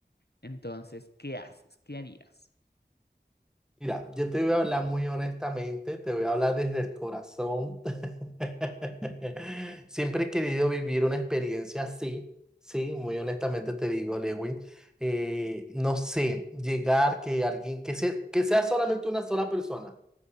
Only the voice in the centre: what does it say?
Mira, yo te voy a hablar muy honestamente, te voy a hablar desde el corazón. <laughs> Siempre he querido vivir una experiencia así, sí, muy honestamente te digo, Lewin. Eh, no sé, llegar que alguien, que sea, que sea solamente una sola persona.